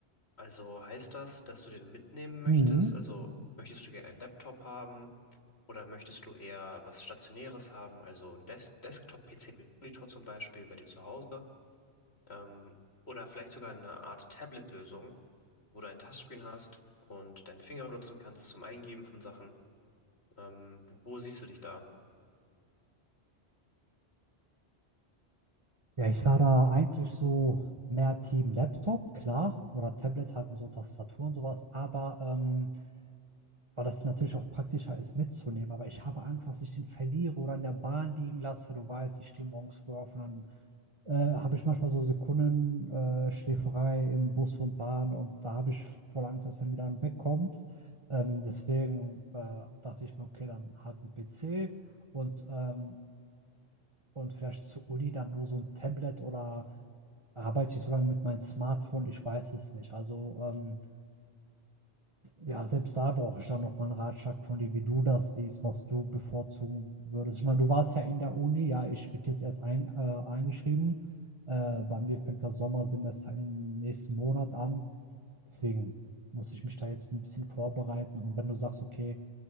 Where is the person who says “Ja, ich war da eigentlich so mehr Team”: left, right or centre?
Right